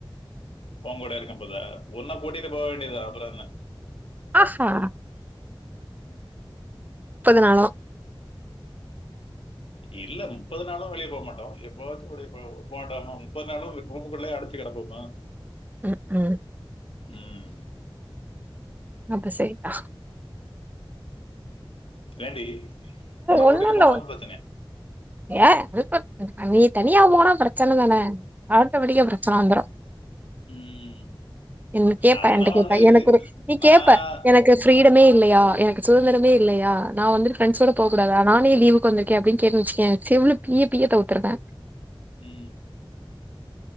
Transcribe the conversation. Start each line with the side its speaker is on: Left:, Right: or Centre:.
Left: ஓங்கூட இருக்கும் போதா உன்ன கூட்டிட்டு போ வேண்டியதா அப்ற என்ன
Right: ஆ சா
Left: ம் ம்
Right: நாளும்
Left: இல்ல முப்பது நாளு வெளிய போகமாட்டோ எப்பவாச்சு <unintelligible> முப்பது நாளு ரூம்குள்ளயே அடச்சு கெடப்போமா
Right: ம் ம்
Left: ம்
Right: அப்ப செரித்தா
Left: ஏன்டி உன்ன
Right: ஒண்ணுல்ல
Left: கூட்டிட்டு போனாலு பிரச்சனயா
Right: ஏ அது இப்ப நீ தனியா போனா பிரச்சன தானே ஆட்டோமெட்டிக்கா பிரச்சன வந்துரு
Left: ம்.
Right: நீ கேப்ப
Left: ஆனா
Right: என்ட கேப்ப
Left: ஒண்ணு இருக்கு.
Right: எனக்கு ஒரு நீ
Left: நான்
Right: கேப்ப எனக்கு ஃப்ரீடமே இல்லையா எனக்கு சுதந்திரமே இல்லையா நான் வந்துருக்கேன்
Left: ம்.
Right: போ கூடாதா நானே லீவு க்கு வந்துருக்கேன் அப்படின்னு கேட்டுச்சு வச்சுகோயேன் செவ்ளு பீய்ய பீய்ய கவுத்துருவேன்
Left: உம்